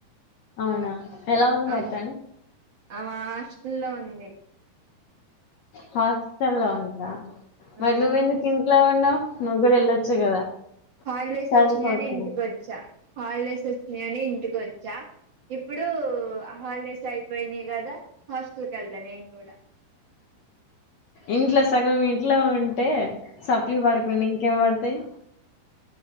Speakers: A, on the left; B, on the right.
A: అవునా ఎలా ఉంది
B: ఆమ్
A: మరి తను
B: ఆమ హాస్టల్లో ఉం ది
A: హాస్టలో ఉందా? మరి
B: ఆహ
A: నువ్వెందుకు ఇంట్లో ఉన్నావు నువ్వు కూడా వెళ్ళొచ్చు కదా
B: హాలిడేస్
A: చదువుకోవచ్చుగా
B: వచ్చినయని ఇంటికొచ్చా. హాలిడేస్ వచ్చినాయని ఇంటికొచ్చా. ఇప్పుడు హాలిడేస్ అయిపోయినాయి కదా హాస్టల్ కెళ్తా నేను గూడా
A: ఇంట్లో సగం ఇంట్లో ఉంటే సప్లీ పడకుండ ఇంకేం పడతాయ్